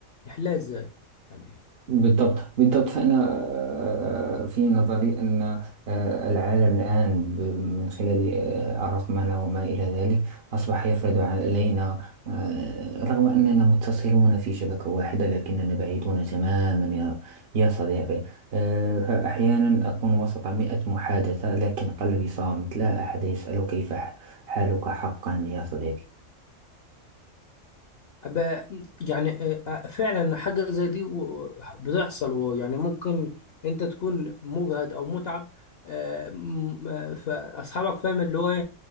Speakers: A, on the left; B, on the right.
A: نحلها إزاي؟ يعني
B: بالضبط بالضبط فأنا آه، في نظري أن آه، العالم الآن ب- من خلال آه، الرقمنة وما إلى ذلك أصبح يفرض علينا آه، رغم أننا متصلون في شبكة واحدة لكننا بعيدون تماما يا يا صديقي آه، فأحيانا أكون وسط مئة محادثة لكن قلبي صامت لا أحد يسأل كيف ح- حالك حقا يا صديقي
A: أب- يعني آه، آه، فعلا حاجة زي دي و- بتحصل ويعني ممكن انت تكون مجهد او متعب آه، م- آه، فاصحابك فاهم اللي هو ايه